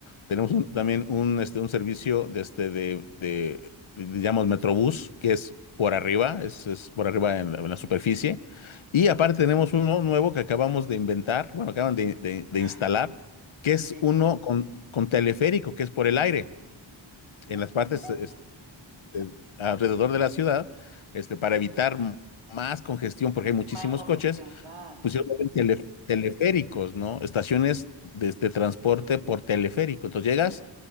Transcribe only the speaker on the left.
Tenemos un- también un, este, un servicio de, este, de, de, digamos, Metrobús, que es por arriba, es, es por arriba en la, en la superficie. Y aparte tenemos uno nuevo que acabamos de inventar, bueno, acaban de, de- de
instalar, que es
uno con, con teleférico, que es por el aire,
en las partes,
de- alrededor de la ciudad, este, para evitar m- más congestión, porque hay muchísimos
coches,
pusieron tele- teleféricos, ¿no? Estaciones de, de transporte por teleférico. Entonces llegas,